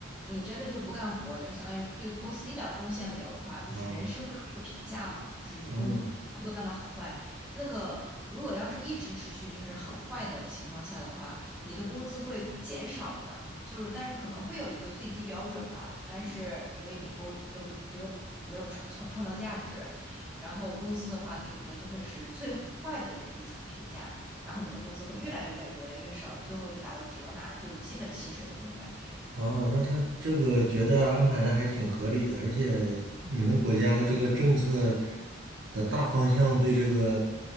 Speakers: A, in the centre; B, on the right.
A: 你真的就不干活儿，就相当于对公司一点儿贡献没有的话，就是人事会有一个评价嘛，
B: 啊，
A: 就是你工作工作干的好坏。
B: 嗯
A: 那个如果要是一直持续就是很坏的情况下的话，你的工资会减少的。就是但是可能会有一个最低标准吧，但是因为你工又你又没有创创创造价值，然后公司的话给你的就会是最坏的那一层评价，然后你的工资会越来越来越越来越少，最后就达到只能拿就是基本薪水的那种感觉。
B: 哦，那他这个觉得安排的还挺合理的，而且你们国家的这个政策的大方向对这个，